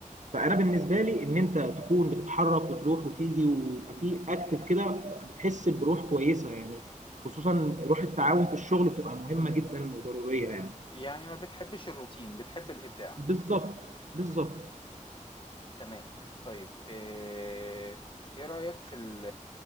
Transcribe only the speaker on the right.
فانا بالنسبه لي ان انت تكون بتتحرك وتروح وتيجي ويبقى في اكتف كده بتحس بروح كويسه يعني خصوصا روح التعاون في الشغل بتبقى مهمه جدا وضروريه يعني
بالظبط بالظبط